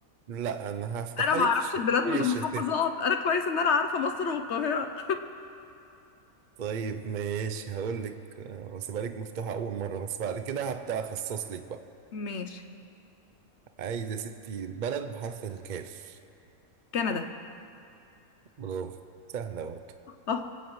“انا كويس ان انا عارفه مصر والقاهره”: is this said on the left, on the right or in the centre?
Left